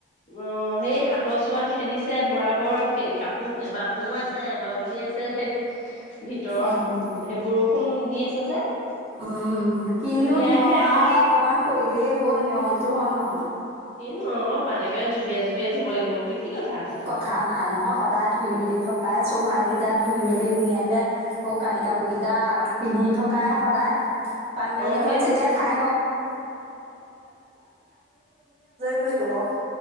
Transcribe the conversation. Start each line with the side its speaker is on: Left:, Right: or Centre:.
Left: অ সেই হাতৰ চোৱা খেদিছে বৰাবৰ কাপোৰ এবাৰ সোমাইছে এবাৰ উলিয়াইছে <unintelligible> ভিতৰত
Right: অ'
Left: সেই বৰষুণ দি আছে যে
Right: উম, কিনো
Left: উলিয়াইহে
Right: নিয়ম আৰু
Left: আকৌ
Right: অকমান কৰিলেই হ'ল নিয়মটো হয় নে নহয়।
Left: এই অহ পানীতে যুবিয়াই- যুবিয়াই ধুব লাগিব। বুলি কি কথা আছে।
Right: কথা নাই নহয় সদায় ধুই
Left: উম
Right: মেলি থকাই উহাৰ কেইটা ধুই মেলি ধুনীয়াকে সৌ কানি কাপোৰ কেইটা পিন্ধি থকাই সদায় পানী
Left: অ
Right: দুনী অকন
Left: সেইটো
Right: চেতিয়াই ঠাই হ'ক <unintelligible>